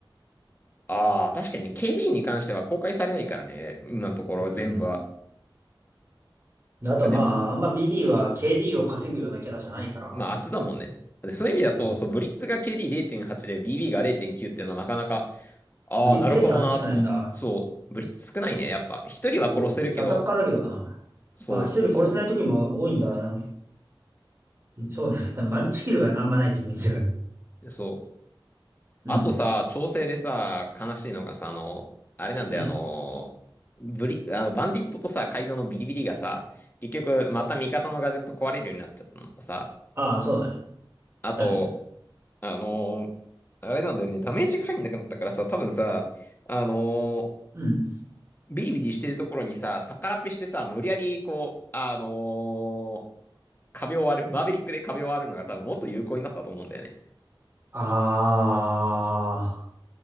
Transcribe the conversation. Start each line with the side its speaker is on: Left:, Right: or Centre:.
Left: ああ、確かに KD に関しては公開されないからね。今のところ全部は。
Right: うん。であとまあ、
Left: あ、でも、
Right: あんま BB は KD を稼ぐようなキャラじゃないから、
Left: まあ、厚だもんね。でそういう意味だと、
Right: うん
Left: そう、ブリッツが KD0.8 で BB が0.9っていうのはなかなか、ああ、
Right: ブリッツ0.8しかねえんだ。
Left: なるほどなと思った。そう、ブリッツ少ないね。やっぱ、一人は殺せるけど、
Right: 結構、こいつアタッカーだけどな。
Left: そうそうそ
Right: まあ、一人殺せない時も多いんだな。そうね。<laughs> 多分マルチキルがあんまないイメージがある。
Left: う。そう。
Right: うん。
Left: あとさ、調整でさ、悲しいのがさ、あの、あれなんだよ、
Right: うん。
Left: あの、ブリ、あの、バンディットとさ、カイドウのビリビリがさ、結局、また味方のガジェット壊れるようになっちゃったのとさ、
Right: ああ、そうだね。
Left: あと、
Right: 来たね。
Left: あのーあれなんだよね、ダメージが入んなくなったからさ、多分さ、あの
Right: うん。
Left: ービリビリしてるところにさ、逆らっぺしてさ、無理やりこう、あのー壁を割る、マーベリックで壁を割るのが多分もっと有効になったと思うんだよね。
Right: あ